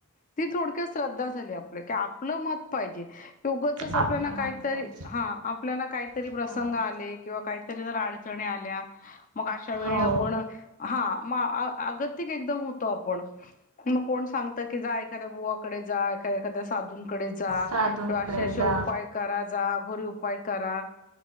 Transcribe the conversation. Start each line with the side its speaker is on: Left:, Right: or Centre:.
Left: ती थोडक्यात श्रद्धा झाली. आपलं कि आपलं मत पाहिजे. उगाचच आपल्याला
Right: आपलं
Left: काहीतरी
Right: मत पाहिजे
Left: हा आपल्याला काहीतरी
Right: हा.
Left: प्रसंग आले किंवा काही तरी जरा अडचणी आल्या मग अशा वेळी
Right: हो
Left: आपण हा म, अगतिक एकदम होतो आपण आणि मग कोण सांगत की, जा एखाद्या बुवाकडे जा एखाद एखाद्या साधू कडे जा
Right: साधूंकडे
Left: किंवा अशे असउपाय
Right: जा
Left: करा जा अघोरी उपाय करा